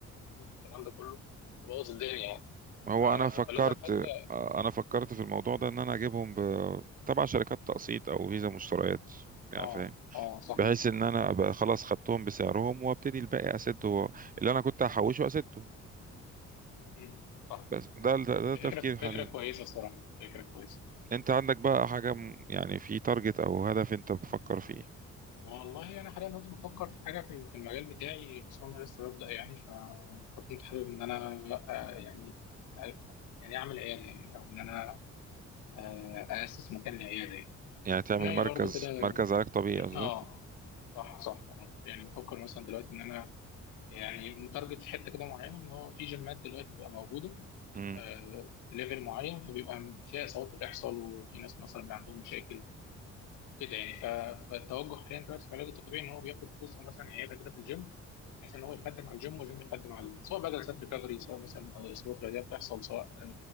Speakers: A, on the left (about 80°); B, on the right (about 30°).
A: الكلام ده كله بوظ الدنيا يعني
B: هو
A: ف-
B: انا فكرت
A: فلازم حتى
B: آه، انا فكرت في الموضوع ده ان انا اجيبهم ب... تبع شركات تقسيط او فيزا مشتريات يعني
A: اه
B: فاهم
A: اه صح
B: بحيث ان انا ابقى خلاص خدتهم بسعرهم وابتدي الباقي اسده اللي انا كنت هحوشه اسده
A: مم. صح
B: بس ده ده, ده
A: فكرة
B: تفكير
A: فكرة
B: حاليا
A: كويسة الصراحة فكرة كويسة
B: انت عندك بقى حاجة م- يعني في تارجت او هدف انت بتفكر فيه
A: والله أنا حاليا كنت بفكر في حاجة في في المجال بتاعي خصوصا أنا لسه ببدأ يعني ف- فكنت حابب إن أنا آه، يعني آه، يعني أعمل عيادة يعني أو إن أنا آه، أأسس مكان لعيادة يعني
B: يعني تعمل
A: في دماغي
B: مركز
A: برضو كده
B: مركز علاج طبيعي قصدك
A: آه صح صح آه. يعني بفكر مثلا دلوقتي إن أنا يعني متارجت في حتة كده معينة إن هو في جيمات دلوقتي بقى موجودة
B: امم
A: آه، ليفل معين فبيبقى فيها إصابات بتحصل وفي ناس مثلا بيبقى عندهم مشاكل وكده يعني ف- فالتوجه حاليا دلوقتي في العلاج الطبيعي ان هو بياخد جزء مثلا عياده كده في الجيم بحيث ان هو يخدم على الجيم والجيم يخدم عليه سواء بقى جلسات ريكفري سواء مثلا اصابات رياضيه بتحصل سواء